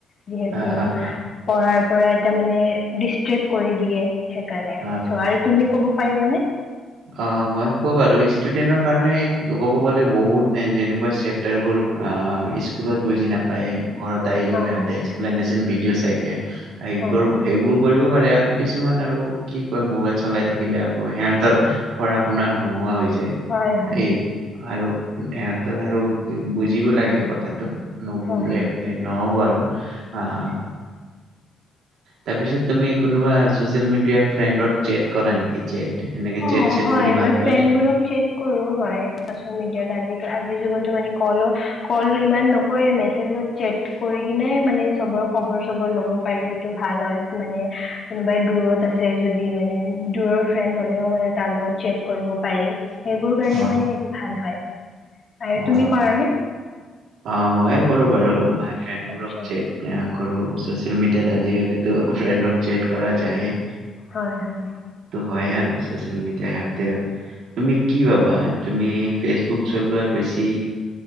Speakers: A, on the left; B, on the right.
A: যিহেতু,
B: অ' অ'
A: পঢ়াৰ পৰা এটা মানে, ডিষ্ট্ৰেক্ট কৰি দিয়ে। সেইকাৰণে,
B: অ'
A: চ' আৰু তুমি ক'ব পাৰিবা নে?
B: অ মই ক'ম বাৰু ষ্টুডেন্টৰ কাৰণে ক'ব গ'লে বহুত টান, যেনেকুৱা চেপ্টাৰবোৰ আ স্কুলত বুজি নাপায়। ঘৰত আহি
A: হয়
B: সিহঁতে
A: হয়
B: এক্সপ্লেনেচন ভিডিঅ' তাকে এই
A: হয়
B: কৰ, সেইবোৰ কৰিব পাৰি। <unintelligible> আৰু কিছুমান আৰু কি কয় মোবাইল চলাই থাকিলে, আকৌ হেয়া তৰ, পঢ়া-শুনা নোহোৱা হৈছে।
A: হয় হয়
B: এই আৰু সিহঁতৰ আৰু বুজিব লাগে কথাটো। নুবুজিলে
A: হয় হয়
B: সিহঁতে নহব আৰু আহ
A: হয়
B: তাৰপিছত তুমি কোনোবা চচেল মিডিয়া ফ্ৰেড চেট কৰা নেকি? চেট? এনেকে
A: অ
B: চেট চেট
A: হয়
B: কৰি ভাল
A: মই
B: পোৱা
A: ফ্ৰেণ্ডবোৰক
B: নে?
A: কৰো হয়। আজিৰ যুগতো মানে কলৰ কল ইমান নকৰে মেছেজত চেট কৰি কিনোই মানে চবৰ খবৰ চবৰ ল'ব পাৰি, এইটো ভাল হয়, মানে কোনোবাই দূৰত আছে যদি মানে দূৰৰ ফ্ৰেড হলে মানে তাৰ লগত চে কৰিব পাৰি সেইবোৰ কাৰণে
B: অ',
A: মানে এইটো ভাল হয় আৰু
B: অ'।
A: তুমি কৰা নে?
B: অ ময়ে কৰো বাৰু মই ফ্ৰেণ্ডবোৰক
A: আচ্ছা
B: চেট কৰোঁ ছ'চিয়েল মিডিয়াত আজিকালিতো ফ্ৰেণ্ডক চেট কৰা যায়।
A: হয়। হয়।
B: হয় আৰু চচিয়েল মিডিয়া সিহঁতে, তুমি কি পাবা তুমি ফেচবুক চলোৱা বেছি।